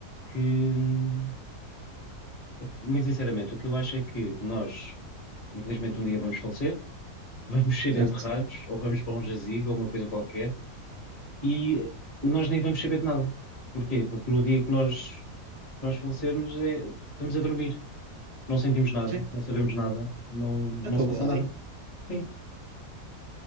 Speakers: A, on the left; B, on the right.
A: que, hum, muito sinceramente, o que eu acho é que nós, infelizmente, um dia vamos falecer, <laughs> vamos ser
B: certo?
A: enterrados, ou vamos para um jazigo, ou uma coisa qualquer, e nós nem vamos saber de nada. Porquê? Porque no dia que nós, nós falecermos, é- estamos a dormir, não sentimos nada,
B: Sim,
A: não sabemos nada, não, não
B: acabou
A: se passa
B: ali.
A: nada. Sim.